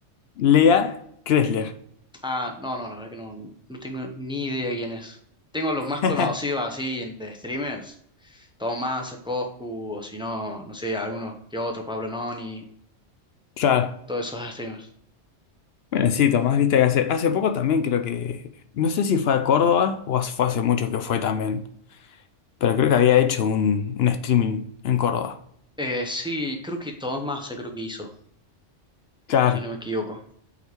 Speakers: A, on the left; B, in the centre.
A: Lea Kressler.
B: Ah, no, no, la verdad que no, no tengo ni idea de quién es. Tengo los más conocidos
A: <laughs>
B: así en- de streamers, Tomás, Coscu, o si no, no sé, algunos que otro, Pablo Noni,
A: Claro.
B: todos esos streamers.
A: Bueno, sí, Tomás, viste que hace, hace poco también creo que, no sé si fue a Córdoba o hace- fue hace mucho que fue también, pero creo que había hecho un, un streaming en Córdoba.
B: Eh, sí, creo que todos más creo que hizo,
A: Claro.
B: si no me equivoco.